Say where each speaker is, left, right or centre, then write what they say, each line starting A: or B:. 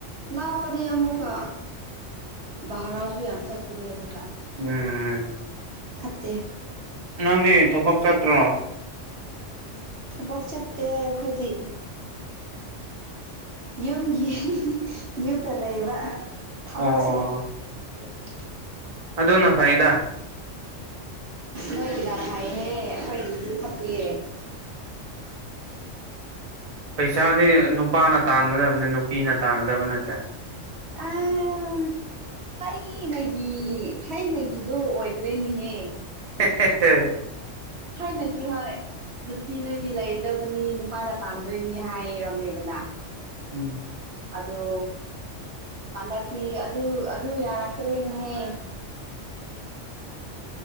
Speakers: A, on the right (about 60°); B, on the right (about 30°).
A: ꯂꯥꯞꯄꯗꯤ ꯑꯃꯨꯛꯀ ꯕꯔꯥꯁꯨ ꯌꯥꯝ ꯆꯠꯄꯅꯦ ꯑꯗꯨꯅ
B: ꯎꯝ ꯎꯝ
A: ꯐꯠꯇꯦ
B: ꯅꯪꯗꯤ ꯊꯕꯛ ꯆꯠꯇ꯭ꯔꯣ
A: ꯊꯕꯛ ꯆꯠꯇꯦ ꯑꯩꯈꯣꯏꯗꯤ ꯌꯨꯝꯒꯤ ꯌꯨꯝꯗ ꯂꯩꯕ ꯊꯕꯛꯁꯦ
B: ꯑꯣ
A: <unintelligible>
B: ꯑꯣ ꯑꯗꯨꯅ ꯐꯩꯗ
A: ꯅꯣꯏꯒꯤꯅ ꯐꯩꯍꯦ ꯑꯩꯈꯣꯏꯒꯤꯗꯤ ꯐꯠꯇꯦ
B: ꯄꯩꯁꯥꯗꯤ ꯅꯨꯄꯥꯅ ꯇꯥꯟꯒꯗꯕꯅꯤ ꯅꯨꯄꯤꯅ ꯇꯥꯟꯒꯗꯕ ꯅꯠꯇꯦ
A: ꯑꯥ ꯊꯥꯏꯅꯒꯤ ꯊꯥꯏꯅꯒꯤꯗꯣ ꯑꯣꯏꯗ꯭ꯔꯦꯅꯦꯍꯦ
B: <unintelligible>
A: ꯊꯥꯏꯅꯗꯤ ꯍꯣꯏ ꯅꯨꯞ ꯅꯨꯄꯤ ꯅꯣꯏꯗꯤ ꯂꯩꯗꯕꯅꯤ ꯅꯨꯄꯥꯅ ꯇꯥꯟꯗꯣꯏꯅꯤ ꯍꯥꯏꯔꯝꯃꯦꯕꯅ
B: ꯎꯝ
A: ꯑꯗꯣ ꯍꯟꯗꯛꯀꯤ ꯑꯗꯨ ꯑꯗꯨ ꯌꯥꯔꯛꯇ꯭ꯔꯦꯅꯦꯍꯦ
B: <inaudible>